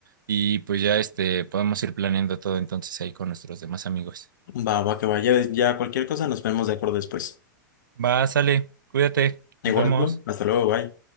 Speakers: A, on the right; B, on the left.
A: Y pues ya este, podemos ir planeando todo entonces ahí con nuestros demás amigos.
B: Va, va, que vaya, ya ya cualquier cosa nos ponemos de acuerdo después.
A: Va, sale. Cuídate.
B: Igual,
A: Nos vemos.
B: tú, hasta luego, bye.